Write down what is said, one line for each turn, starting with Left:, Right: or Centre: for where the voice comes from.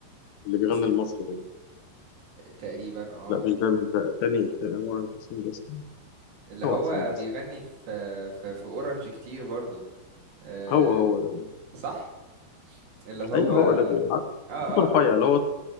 Left: اللي بيغني
Right: حسين
Left: المصري ده
Right: تقريبا اه
Left: لا
Right: و...
Left: مش ده مش ده التاني التاني هو حسين جسمي
Right: اللي هو
Left: هو حسين
Right: بيغني
Left: جسمي
Right: في في, في اورنج كتير برضو آه،
Left: هو هو ده.
Right: صح اللي هو
Left: ايوه
Right: اه
Left: هو اللي بيعرف
Right: اه
Left: صوته رفيع
Right: ال-
Left: اللي هو